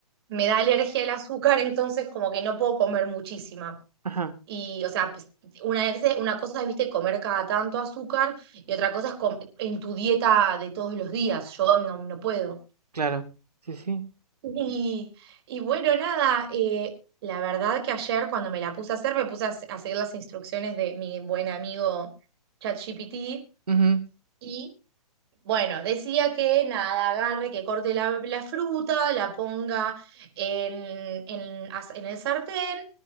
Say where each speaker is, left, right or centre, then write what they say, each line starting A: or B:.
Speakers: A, on the right; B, on the right.
A: me da alergia el azúcar, <laughs> entonces como que no puedo comer muchísima.
B: Ajá,
A: Y, o sea, pues, una, vez- una cosa es, viste, comer cada tanto azúcar y otra cosa es com- en tu dieta de todos los días. Yo no, no puedo.
B: claro. Sí, sí.
A: Y, y bueno, nada, eh, la verdad que ayer cuando me la puse a hacer, me puse a, se- a seguir las instrucciones de mi buen amigo ChatGPT
B: Ujú.
A: y Bueno, decía que nada, agarre, que corte la, la fruta, la ponga en, en as- en el sartén,